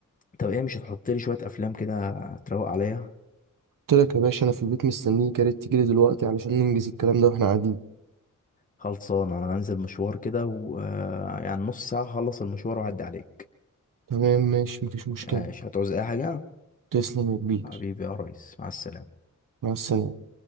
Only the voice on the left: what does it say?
طب ايه مش هتحط لي شويه افلام كده تروق عليا
خلصان انا هنزل مشوار كده ويعني نص ساعه هخلص المشوار واعدي عليك
آه، مش هتعوز اي حاجه
حبيبي يا ريس مع السلامة